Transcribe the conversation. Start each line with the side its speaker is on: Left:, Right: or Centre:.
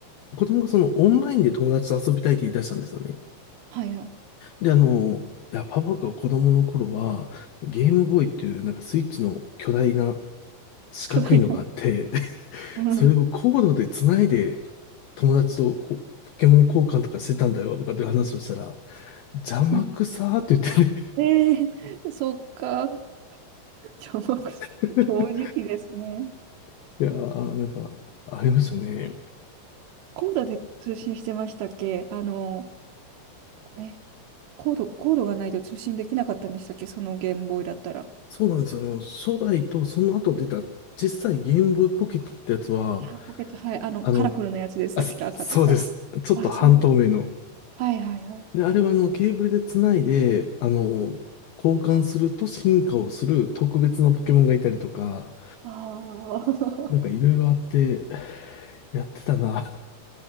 Left: 子供がその、オンラインで友達と遊びたいって言い出したんですよね。
Right: はいはい。
Left: で、あの、いや、パパが子供の頃は、ゲームボーイっていう、なんかスイッチの巨大な四角いのがあって、
Right: 巨大な。
Left: <laughs>
Right: うん。
Left: それをコードで繋いで、友達とこうポケモン交換とかしてたんだよとかって話をしたら、邪魔くさーって言っ
Right: うん。ええ <laughs> そっか。じゃあ、僕さん正直ですね。
Left: てね <laughs> いやー、なんか、ありましたね。
Right: コードで通信してましたっけあの、え、コード、コードがないと通信できなかったんでしたっけそのゲームボーイだったら。
Left: そうなんですよ。あの、初代とその後出た小さいゲームボーイポケットってやつは、
Right: ああポケット、はい。あの、
Left: あの、
Right: カラフルなやつでしたっけ赤とか。
Left: あ、そ、そうです。ちょっと半透明の。
Right: ああ、そうだ。はいはいはい。
Left: で、あれはあの、ケーブルで繋いで、あの、交換すると進化をする特別なポケモンがいたりとか、
Right: ああ。
Left: なんかいろいろあって、やってたな。